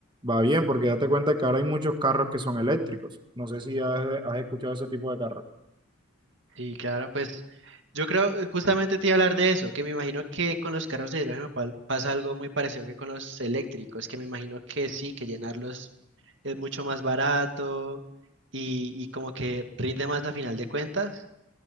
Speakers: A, on the right; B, on the right.
A: va bien porque date cuenta que ahora hay muchos carros que son eléctricos. No sé si has, has escuchado ese tipo de carros.
B: Sí, claro, pues yo creo, eh, justamente te iba a hablar de eso, que me imagino que con los carros de hidrógeno pa- pasa algo muy parecido que con los eléctricos, que me imagino que sí, que llenarlos es mucho más barato y, y como que rinde más a final de cuentas.